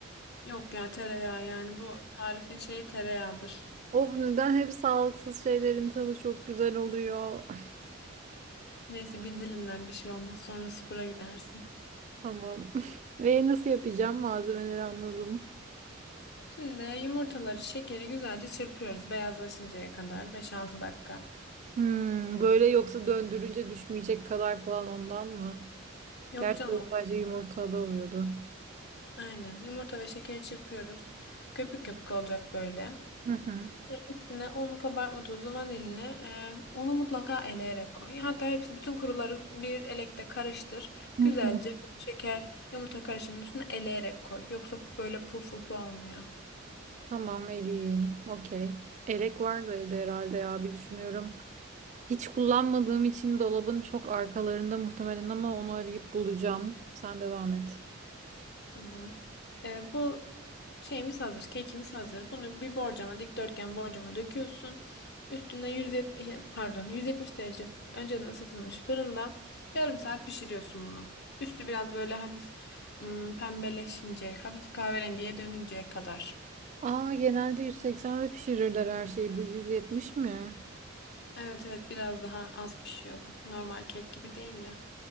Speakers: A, on the left (about 55°); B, on the right (about 35°).
A: Yok ya tereyağı yani bu tarifin şeyi tereyağıdır.
B: Of neden hep sağlıksız şeylerin tadı çok güzel oluyor. <laughs>
A: Neyse bir dilimden bir şey olmaz sonra spora gidersin.
B: Tamam. <laughs> Ve nasıl yapacağım? Malzemeleri anladım.
A: Şimdi yumurtaları, şekeri güzelce çırpıyoruz beyazlaşıncaya kadar beş-altı dakika.
B: Hmm, böyle yoksa döndürünce düşmeyecek kadar falan ondan mı?
A: Yok
B: Gerçi
A: canım
B: o
A: o-
B: sadece yumurtada oluyordu.
A: aynen yumurta ve şekeri çırpıyoruz. Köpük köpük olacak böyle.
B: Hı hı.
A: Üstüne un, kabartma tozu, vanilini, e, unu mutlaka eleyerek koy. Hatta hepsi bütün kuruları bir elekte karıştır.
B: Hı
A: Güzelce
B: hı.
A: şeker, yumurta karışımının üstüne eleyerek koy. Yoksa böyle puf puf olmuyor.
B: Tamam eleyeyim. Okey. Elek var da evde herhalde ya bir düşünüyorum. Hiç kullanmadığım için dolabın çok arkalarında muhtemelen ama onu arayıp bulacağım. Sen devam et.
A: Tamam. Ee, bu şeyimiz hazır, kekimiz hazır. Bunu bir borcama, dikdörtgen borcama döküyorsun. Üstüne 170, şey, pardon, 170 derece f- önceden ısıtılmış fırında yarım saat pişiriyorsun bunu. Üstü biraz böyle hafif ım, pembeleşince, hafif kahverengiye dönünceye kadar.
B: Aa genelde 180'de pişirirler her şeyi. Bu 170 mi?
A: Evet evet biraz daha az pişiyor. Bu normal kek gibi değil ya.